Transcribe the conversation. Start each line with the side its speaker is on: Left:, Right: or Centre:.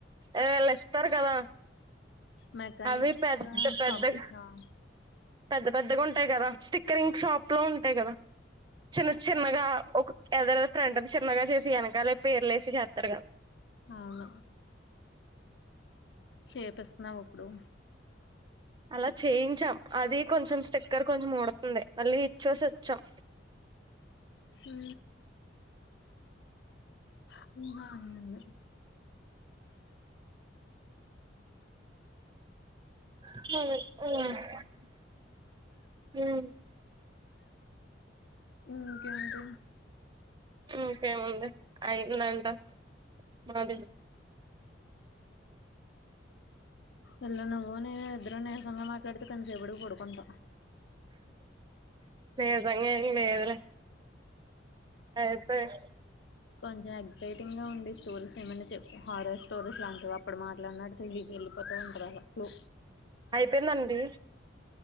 Right: ఎ వెళ్ళొస్తారు కదా
Left: మెకానిక్
Right: అవి పెద్ద పెద్ద
Left: షాప్ కి ఇచ్చావా
Right: పెద్ద పెద్దగా ఉం టాయి కదా స్టిక్కరింగ్ షాప్ లో ఉంటాయి కదా చిన్న చిన్నగా ఒక ఎదరు ఫ్రెంటది చిన్నగా చేసి వెనకాలే పేర్లు వేసి చేస్తారుగా
Left: అవును చేపిస్తున్నావా ఇప్పుడు
Right: అలా చేయించాం అది కొంచెం స్టిక్కర్ కొంచెం ఊడోతుంది మళ్ళీ ఇచ్చేసి వచ్చాం
Left: ఉ హ ఊహ అనింది
Right: <unintelligible> ఉ
Left: ఇంకేంటి
Right: ఇంకేముంది అయిందంట మాది
Left: ఇళ్లా నువ్వు నేను ఇద్దరు నీరసంగా మాట్లాడితే కొంతసేపుడికి పడుకుంటాం.
Right: నిజంగానే లేదులే అయిపోయారు
Left: కొంచెం ఎక్సైటింగ్ గా ఉండే స్టోరీస్ ఏమైనా చెప్పు హారర్ స్టోరీస్ లాంటివి అప్పుడు మాట్లాడినా తెలిదు. వెళ్ళిపోత ఉంటారా ఫ్లూ
Right: అయిపోయిందండి